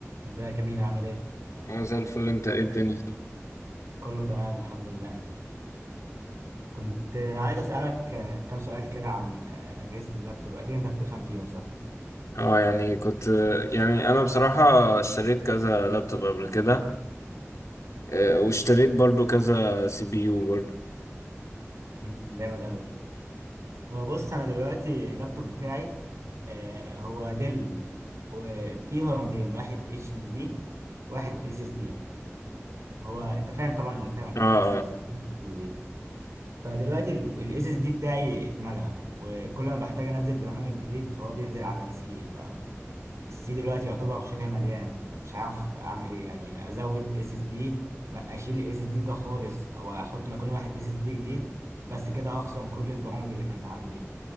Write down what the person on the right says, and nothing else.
ازيك يا مينا عامل ايه؟
كله تمام الحمد لله كنت عايز اسألك آه، كام سؤال كده عن آه، أجهزة اللابتوب أكيد أنت بتفهم فيهم صح؟
مم. جامد أوي هو بص أنا دلوقتي اللابتوب بتاعي آه، هو ديل وفيه هاردين واحد اتش دي دي واحد اس اس دي هو أنت فاهم طبعا الفرق بين
الاس اس دي فدلوقتي الاس اس دي بتاعي اتملى وكل ما بحتاج انزل برنامج جديد فهو بينزل على السي السي دلوقتي يعتبر شبه مليان فمش عارف اعمل ايه يعني ازود اس اس دي اشيل الاس اس دي ده خالص او احط مكانه واحد اس اس دي جديد بس كده هخسر كل البرامج اللي كانت عندي